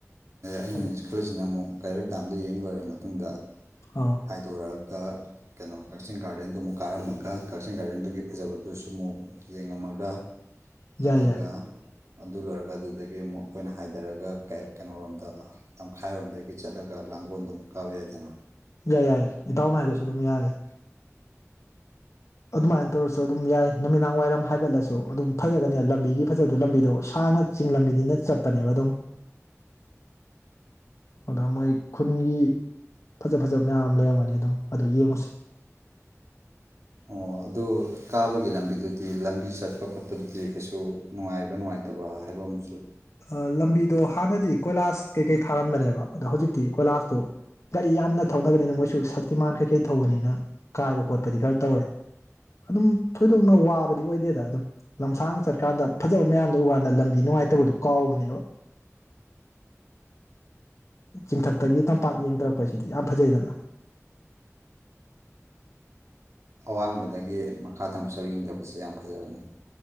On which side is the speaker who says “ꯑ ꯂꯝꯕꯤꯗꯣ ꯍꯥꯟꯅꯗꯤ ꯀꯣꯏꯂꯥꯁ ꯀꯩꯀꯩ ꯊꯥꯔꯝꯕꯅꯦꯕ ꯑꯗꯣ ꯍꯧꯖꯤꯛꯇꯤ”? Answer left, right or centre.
Left